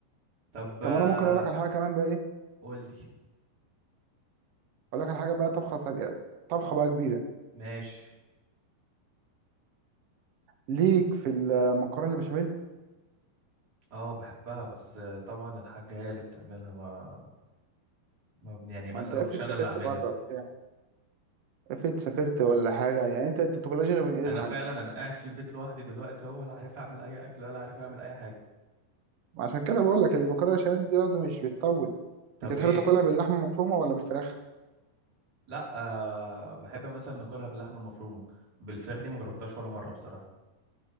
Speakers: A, on the right; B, on the right.
A: طب
B: طب
A: آه،
B: انا ممكن اقول لك على حاجه كمان بقى ايه
A: قول لي
B: اقول لك على حاجه بقى طبخه سريعه طبخه بقى كبيره
A: ماشي
B: ليك في المكرونه البشاميل
A: اه بحبها بس آه، طبعا الحاجة هي اللي بتعملها ما, ما بن- يعني مثلا
B: ما انت افرض
A: مش انا
B: سافرت
A: اللي اعملها
B: بره بتاع افرض سافرت ولا حاجه يعني انت انت بتاكلهاش غير من ايد
A: انا
B: الحاج
A: فعلا انا قاعد في البيت لوحدي دلوقتي هو لا عارف اعمل اي اكل ولا عارف اعمل اي حاجة
B: عشان كده بقول لك المكرونه البشاميل دي برضه مش بتطول
A: طب
B: انت بتحب
A: ايه
B: تاكلها باللحمه المفرومه ولا بالفراخ
A: لا أه بحب مثلا اكلها باللحمة المفرومة بالفراخ دي ما جربتهاش ولا مرة بصراحة